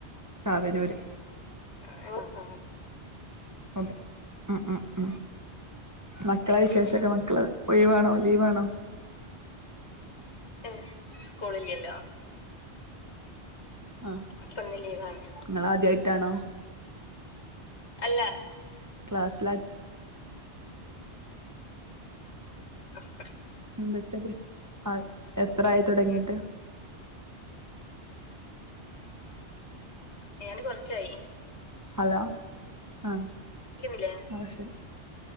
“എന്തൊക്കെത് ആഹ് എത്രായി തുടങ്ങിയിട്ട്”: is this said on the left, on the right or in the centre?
Right